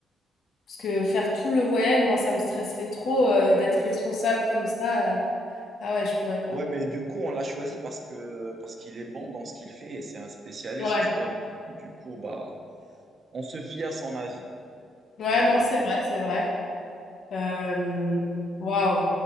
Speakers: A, on the left; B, on the right.
A: Parce que faire tout le voyage, moi, ça me stresserait trop, euh, d'être responsable comme ça. euh. Ah ouais, je pourrais pas.
B: Ouais, mais du coup, on l'a choisi parce que parce qu'il est bon dans ce qu'il fait et c'est un spécialiste,
A: Ouais,
B: tu vois. Du coup, bah, on se fie à son avis,
A: ouais,
B: à vrai
A: non, c'est
B: dire.
A: vrai, c'est vrai. Euh, Waouh.